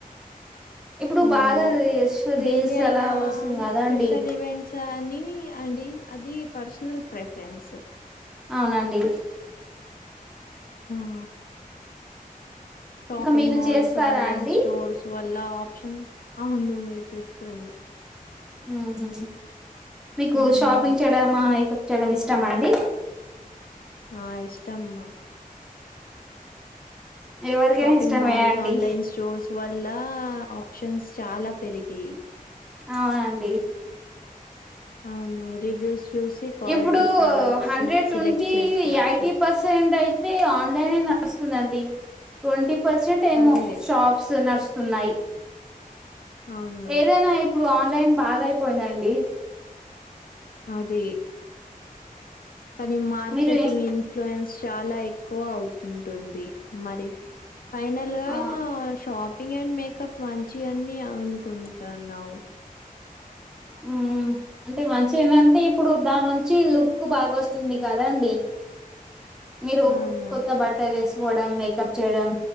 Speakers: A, in the centre; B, on the left.
A: ఇప్పుడు
B: అవును
A: బాగా
B: డైలీ
A: రీల్స్
B: అయినా
A: అలా వస్తుంది కదా
B: స్పెషల్
A: అండి
B: ఈవెంట్స్ అని అండి అది పర్సనల్ ప్రెఫరెన్స్
A: అవునండి
B: ఆ షాపింగ్
A: ఇంకా మీరు
B: మాల్స్
A: చేస్తారా
B: ఆన్లైన్
A: అండి
B: స్టోర్స్ వ ల ఆప్షన్ అవును మీరు చేస్తంది
A: ఊహు మీకూ
B: హ్మ్.
A: షాపింగ్ చేయడమా మీకు చేయడం ఇష్టమా అండి.
B: ఆ ఇష్టమ్మా
A: ఎవరికైనా
B: షాపింగ్
A: ఇష్టమే
B: మాల్స్,
A: అండి
B: ఆన్లైన్ స్టోర్స్ వ ల్లా ఆప్షన్స్ చాలా పెరిగాయి
A: అవునండి
B: అవును రివ్యూస్ చూసి quality
A: ఇప్పుడూ
B: products
A: hundred
B: select
A: twenty
B: చేసుకోవచ్చు.
A: ఎయిటీ పర్సెంట్ అయి తే ఆన్లైనే నడుస్తుందండి. ట్వంటీ పర్సెంట్ ఏమో
B: అదే.
A: షాప్స్ నడుస్త్ తున్నాయి
B: అవును.
A: ఏదైనా ఇప్పుడూ ఆన్ న్లైన్ బాగా అయిపోయిందండి.
B: అదీ కానీ మార్కెటింగ్
A: మీరు ఏ
B: ఇన్ఫ్లూయెన్స్ చాలా ఎక్కువా అవుతుంటుంది మరి. ఫైనల్ గా
A: ఆ
B: షాపింగ్ అండ్ మేకప్ మంచియ్ అన్నీ అనుకుం టన్నావు
A: ఊ అంటే మంచిగ ఏందంటే ఇప్పుడు దాని నుంచీ లుక్ బాగొస్తుంది కదా అండి. మీరు
B: అవును.
A: కొత్త బట్టల్ ఏసుకోవడం మేకప్ చేయడం